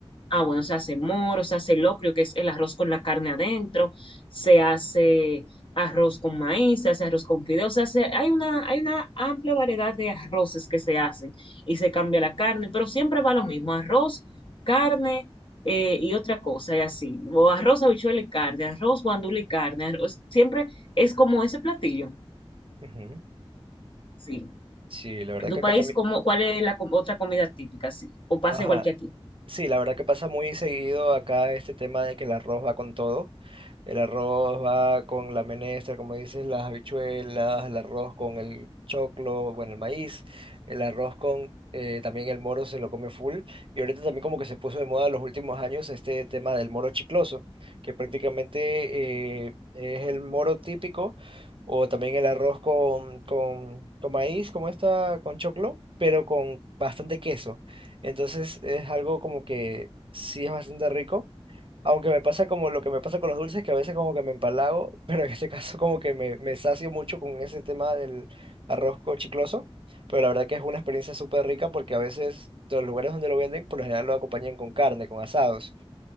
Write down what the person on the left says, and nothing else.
Ah, bueno, se hace moro, se hace locrio, que es el arroz con la carne adentro, se hace arroz con maíz, se hace arroz con fideos, se hace, hay una, hay una amplia variedad de arroces que se hacen y se cambia la carne, pero siempre va lo mismo, arroz, carne eh, y otra cosa, y así, o arroz, habichuela y carne, arroz, guandula y carne, arroz, siempre es como ese platillo,
sí.
¿En tu
país,
cómo, cuál es la com- otra comida típica, sí? ¿O pasa
igual que aquí?